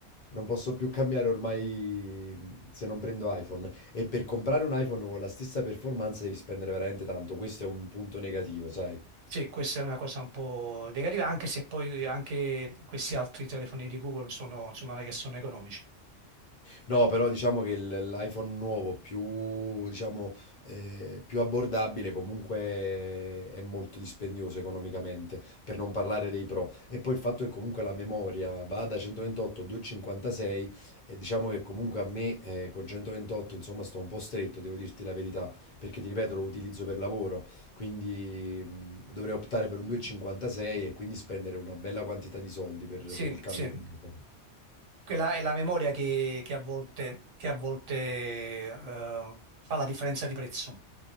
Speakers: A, on the left; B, on the right.
A: non posso più cambiare ormai se non prendo iPhone. E per comprare un iPhone con la stessa performance devi spendere veramente tanto, questo è un punto negativo, sai?
B: Sì, questa è una cosa un po' negativa, anche se poi anche questi altri telefoni di Google sono, insomma, che sono economici.
A: No, però diciamo che il- l'iPhone nuovo più, diciamo, eh, più abbordabile comunque è molto dispendioso economicamente, per non parlare dei Pro. E poi il fatto che comunque la memoria va da 128 a 256 e diciamo che comunque a me eh, con 128 insomma sto un po' stretto, devo dirti la verità, perché ti ripeto lo utilizzo per lavoro, quindi mh, dovrei optare per un 256 e quindi spendere una bella quantità di soldi per,
B: Sì,
A: per il cambio.
B: sì,
A: che mi farò.
B: Quella è la memoria che, che a volte, che a volte, eh, fa la differenza di prezzo,